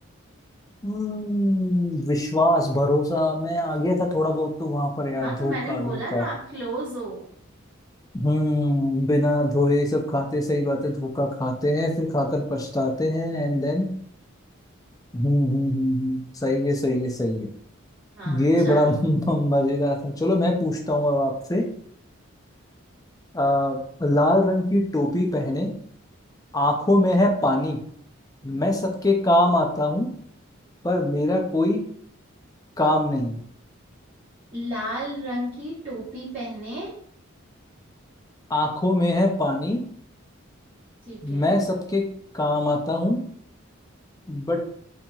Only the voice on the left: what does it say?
हम्म, विश्वास भरोसा मैं आ गया था थोड़ा बहुत तो वहां पर यार
धोखा
धोखा
हम्म बिना धोए सब खाते सही बात है धोखा खाते हैं फिर खाकर पछताते हैं एंड देन हम्म हम्म हम्म हम्म, सही है सही है सही है
ये
बड़ा <laughs> मजेदार था चलो मैं पूछता हूँ अब आपसे आ, लाल रंग की टोपी पहने आंखों में है पानी मैं सबके काम आता हूँ पर मेरा कोई काम नहीं
आंखों में है पानी
मैं सबके काम आता हूँ बट